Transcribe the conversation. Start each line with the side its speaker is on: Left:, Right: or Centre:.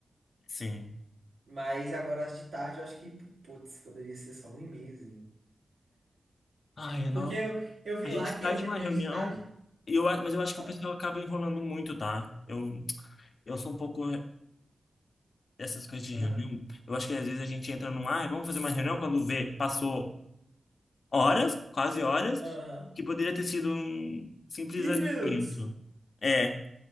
Left: Sim.
Right: Mas agora as de tarde eu acho que, putz, poderia ser só um e-mailzinho.
Left: Ai, eu
Right: Porque
Left: não...
Right: eu, eu vi
Left: A gente
Right: lá que
Left: sai
Right: as
Left: de
Right: reuniões
Left: uma reunião,
Right: de tarde.
Left: e eu, a- mas eu acho
Right: Ah,
Left: que o pessoal acaba enrolando muito, tá? Eu, eu sou um pouco dessas coisas de
Right: ah,
Left: reunião. Eu acho que às vezes a gente entra num, ai, vamos fazer uma reunião quando vê, passou horas, quase horas,
Right: ah,
Left: que poderia ter sido um simples
Right: 15
Left: alinhamento.
Right: minutos.
Left: É,